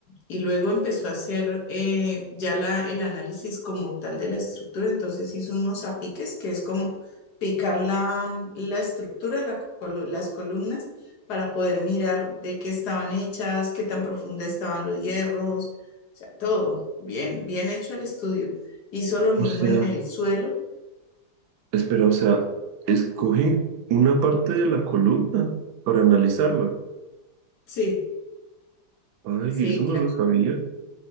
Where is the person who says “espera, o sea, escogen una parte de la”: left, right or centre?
Right